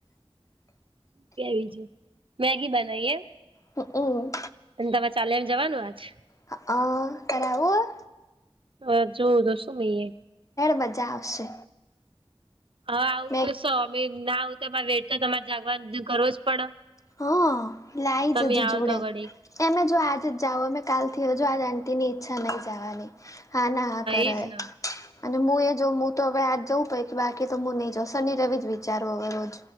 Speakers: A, on the right; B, on the left.
A: કેવીજું મેગી બનાવીએ?
B: હમ હમ
A: અને તવા ચાલે એમ જવાનું આજ
B: હ કરવું?
A: હ જોવું તો શું નિએ?
B: મેડ મજા આવશે.
A: હ આવું
B: મેં
A: તો સમમી ના આવ તમારે વેટ તો તમારે જાગવા કરવો જ પડે,
B: હા
A: <unintelligible>
B: લાઈ
A: તમે
B: જજે
A: આવ
B: જોડે
A: તો ઘડી
B: એમે જો આજ જ જાવઓ અમે કાલથી હજ આજ આટીની ઈચ્છા નહીં જવાની હા ના હા કર
A: એજ
B: અને
A: ને
B: હું એ જોું તો હવે આજ જવું પડે કે, બાકી તો હું નહી જઉં શનિ રવિ જ વિચારવો હવે રોજ